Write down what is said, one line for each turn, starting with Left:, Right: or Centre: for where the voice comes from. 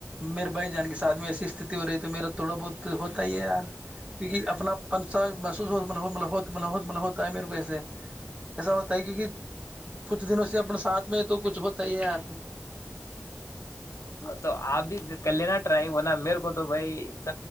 Right: میرے بھائی جان کے سھ میں ایسی است ہو رہی ہے تو میرا تھوڑا بہت ہوتا ہی ہے یار کیونکہ اپنا پنسا محسوس ہو مت م ہوتا ہے میرے کو ایسے ایسا ہوتا ہے کیونکہ کچھ دنوں سے اپنے ساتھ میں تو کچھ ہوتا ہی یار
Left: تو آپ بھی کر لینا ٹرائی ہونا میرے کو تو تو بھائی